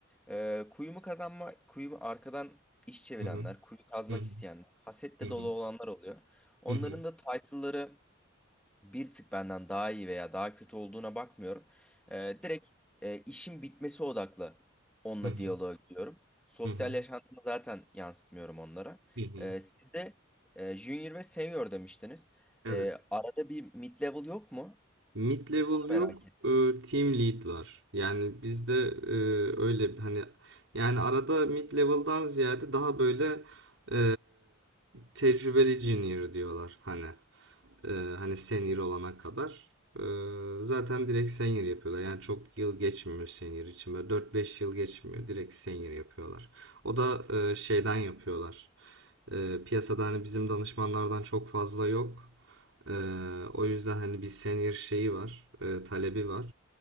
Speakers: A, in the centre; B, on the right.
A: E, kuyumu kazanma, kuyumu arkadan iş çevirenler,
B: Hı hı.
A: kuyu kazmak
B: Hı hı,
A: isteyenler, hasetle
B: hı hı,
A: dolu olanlar oluyor. Onların
B: hı hı,
A: da title'ları bir tık benden daha iyi veya daha kötü olduğuna bakmıyorum. Ee, direkt e, işin bitmesi odaklı onunla
B: hı hı, hı
A: diyaloğa
B: hı,
A: gidiyorum. Sosyal
B: hı hı,
A: yaşantımı zaten yansıtmıyorum onlara.
B: hı hı.
A: Ee, siz de e, junior ve senior demiştiniz.
B: Evet.
A: Ee, arada bir mid level yok mu?
B: Mid level
A: Onu merak
B: yok,
A: ettim.
B: e, team lead var. Yani bizde e, öyle bir- hani yani arada mid level'dan ziyade daha böyle e, tecrübeli junior diyorlar hani. Ee, hani senior olana kadar. Ee, zaten direkt senior yapıyorlar. Yani çok yıl geçmiyor senior için. Böyle dört beş yıl geçmiyor. Direkt senior yapıyorlar. O da e, şeyden yapıyorlar. Ee, piyasada hani bizim danışmanlardan çok fazla yok. Ee, o yüzden hani bir senior şeyi var. e, talebi var.